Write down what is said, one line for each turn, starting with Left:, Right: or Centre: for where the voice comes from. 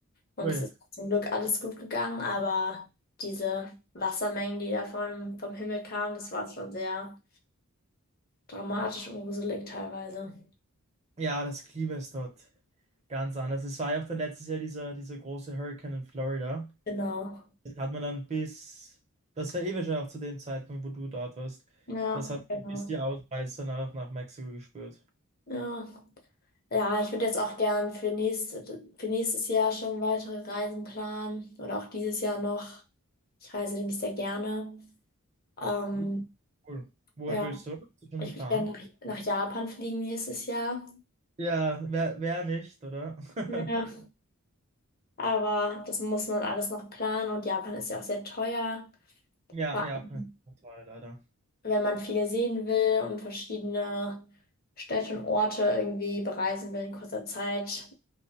Left: Und
Right: Cool.
Left: es ist zum Glück alles gut gegangen, aber diese Wassermengen, die da vom, vom Himmel kamen, das war schon sehr dramatisch und gruselig teilweise.
Right: Ja, das Klima ist dort ganz anders. Es war ja auch dann letztes Jahr dieser, dieser große Hurricane in Florida.
Left: Genau.
Right: Das hat man dann bis, das war eh wahrscheinlich auch zu dem Zeitpunkt, wo du dort warst,
Left: Ja,
Right: das hat
Left: genau.
Right: man bis die Ausreißer nach, nach Mexiko gespürt.
Left: Ja. Ja, ich würde jetzt auch gern für nächstes, für nächstes Jahr schon weitere Reisen planen oder auch dieses Jahr noch. Ich reise nämlich sehr gerne. Ähm,
Right: Uh, Cool. Wohin
Left: ja,
Right: willst du? Hast du schon
Left: ich
Right: einen Plan?
Left: würde gerne nach, nach Japan fliegen nächstes Jahr.
Right: Ja, wer, wer nicht, oder? <laughs>
Left: Ja, aber das muss man alles noch planen und Japan ist ja auch sehr teuer.
Right: Ja,
Left: Vor
Right: Japan
Left: allem,
Right: ist toll, leider.
Left: wenn man viel sehen will und verschiedene Städte und Orte irgendwie bereisen will in kurzer Zeit.